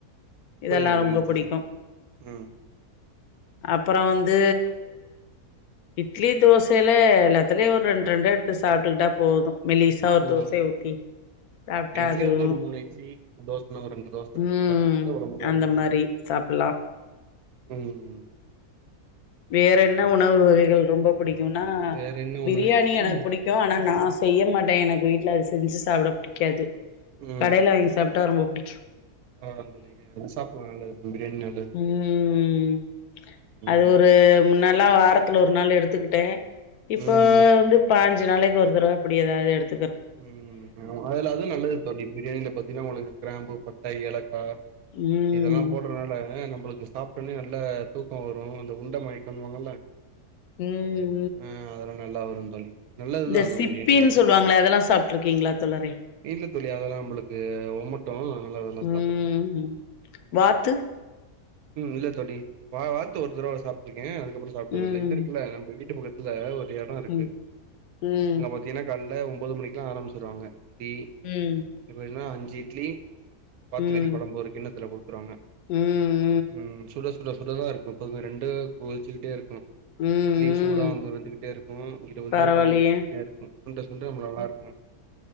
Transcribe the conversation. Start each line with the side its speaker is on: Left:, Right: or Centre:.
Left: இதெல்லா
Right: புரியுது புரியுது
Left: ரொம்ப புடிக்கும்
Right: தோழி ம்
Left: அப்பற வந்து இட்லி தோசையில எல்லாத்துலயு ஒரு ரெண்டு ரெண்ட எடுத்து சாப்ட்டுக்கிட்டா போது மெலிச ச
Right: ம்
Left: தோச ஊத்தி சாப்ட்டா
Right: இட்லி
Left: அதுவு
Right: வந்து ஒரு இட்லி தோசனா ஒரு ரெண்டு தோச <unintelligible>
Left: ம்
Right: ஒடம்புக்கு அவ்ளோ
Left: அந்த
Right: நல்லது
Left: மாரி சாப்புட்லா
Right: ம்
Left: வேற என்ன உணவு வகைகள் ரொம்ப புடிக்குனா
Right: வேற என்ன ஒண்ணு
Left: பிரியாணி
Right: இருக்குன்னா
Left: எனக்கு புடிக்கு ஆனா நா செய்ய மாட்டே எனக்கு வீட்டுல அது செஞ்சு சாப்ட புடிக்காது
Right: ம்
Left: கடையில வாங்கி சாப் ட்டா ரொம்ப புடிக்கு
Right: ஆ அந்த <unintelligible> அது சாப்டுவே நல்லது பிரியாணி நல்லதுதா
Left: ம்
Right: ம்
Left: அது ஒரு முன்னால்லா வாரத்து ஒரு நாள் எடுத்துக்கிட்டே இப்ப
Right: ம்
Left: வந்து பாஞ் சு நாளைக்கி ஒரு தரவ இப்டி ஏதாவது எடுத்
Right: ம் அதுல அது நல்லது தோழி பிரியாணில பாத்தீங்கன்னா உங்களுக்கு கிராம்பு பட்டை ஏலக்கா
Left: ம்
Right: இதெல்லாம் போடுறனால நம்மளுக்கு சாப்ட்டோனே நல்ல தூக்கோ வரு அந்த உண்ட மயக்கனுவாங்கல
Left: ம்
Right: ம் அதெல்லா நல்லா வரு தோழி நல்லதுதா
Left: இந்த
Right: அதுவு
Left: சிப்பின்
Right: பிரியாணி நம்ம-
Left: சொல்லுவாங்ளே அதெல்லா சாப்ட்ருக்கிங்ளா தோழரே?
Right: இல்ல தோழி அதெல்லா நம்பளக்கு ஒமட்டு அதனால அதெல்லா
Left: ம்
Right: சாப்பட்றது இல்ல.
Left: வாத்து
Right: ம் இல்ல தோழி வா வாத்து ஒரு தடவ சாப்ட்ருக்கே அதுக்கப்பறோ சாப்டது
Left: ம்
Right: இல்ல இது இருக்குல்ல நம்ம வீட்டு பக்க த்ல ஒரு எடோ இருக்கு
Left: ம் ம்
Right: அங்க பாத்திங்கனா கால்ல ஒம்போது மணிக்குலா ஆரமிச்சிருவாங்க இட்லி
Left: ம்.
Right: இப்போ இதுனா அஞ்சு இட்லி வாத்துக்கறி
Left: ம்
Right: கொழம்பு ஒரு கிண்ணத்துல குடுத்துருவாங்க.
Left: ம்
Right: ம் சுட சுட சுடதா இருக்கு எப்போதுமே ரெண்டு கொதிச்சுக்கிட்டேருக்கு.
Left: ம் ம்
Right: இட்லி சூடா வந்து வெந்துகிட்டே இருக்கு இங்கிட்டு உறுதியா
Left: பரவாயில்லையே
Right: கொழம்பு கொதிச்சுக்கிட்டே இருக்கு சுண்ட சுண்ட ம்ப நல்லாருக்கு. ம்